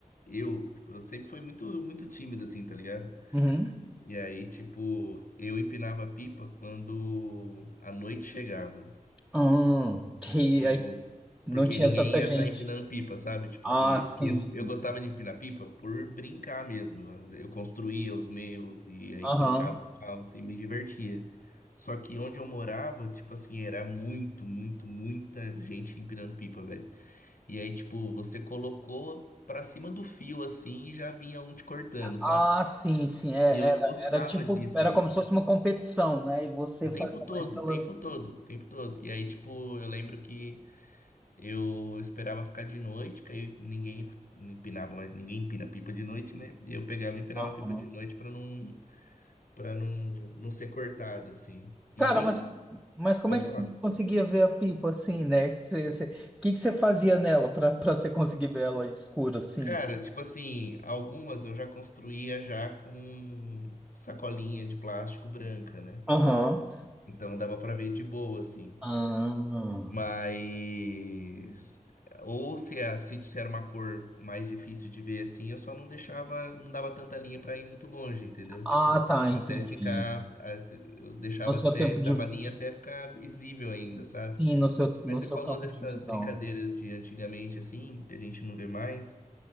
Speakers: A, on the left; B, in the centre.
A: eu, tipo, eu sempre fui muito, muito tímido, assim, tá ligado?
B: uhum.
A: E aí, tipo, eu empinava a pipa quando a noite chegava.
B: Hum, que
A: Tipo,
B: aí não
A: porque
B: tinha
A: ninguém
B: tanta
A: ia
B: gente.
A: estar empinando pipa, sabe? Tipo
B: Ah,
A: assim,
B: sim.
A: porque eu, eu gostava de empinar pipa por brincar mesmo. Eu construía os meus e aí
B: Aham.
A: colocava em alto e me divertia. Só que onde eu morava, tipo assim, era muito, muito, muita gente empinando pipa, velho. E aí, tipo, você colocou pra cima do fio assim e já vinha um te cortando, sabe?
B: Ah, sim, sim. É,
A: E eu não
B: era,
A: gostava
B: era tipo,
A: disso,
B: era
A: mano.
B: como se fosse uma competição, né? E você
A: O
B: fazia
A: tempo todo,
B: mais pela.
A: o tempo todo, o tempo todo. E aí, tipo, eu lembro que Eu esperava ficar de noite, que aí ninguém empinava, mais ninguém empina pipa de noite, né? E eu pegava e empinava
B: Aham.
A: a pipa de noite pra não para não não ser cortado assim. E
B: Cara,
A: tem,
B: mas, mas como
A: pode
B: é que
A: falar.
B: você conseguia ver a pipa assim, né? Você, você, que que você fazia nela para para você conseguir ver ela escura assim?
A: Cara, tipo assim, algumas eu já construía já com sacolinha de plástico branca, né?
B: Aham.
A: Então dava pra ver de boa assim.
B: Ah,
A: Mas. Ou se, a- se era uma cor mais difícil de ver assim, eu só não deixava, não dava tanta linha pra ir muito longe, entendeu?
B: ah,
A: Tipo,
B: tá, entendi.
A: até ficar. até- Eu deixava
B: No seu
A: até,
B: tempo
A: dava
B: de,
A: linha
B: de,
A: até ficar visível ainda, sabe?
B: sim, no seu, no
A: Mas você
B: seu
A: falou
B: campo
A: dessas
B: de visão,
A: brincadeiras
B: né?
A: de antigamente, assim, que a gente não vê mais.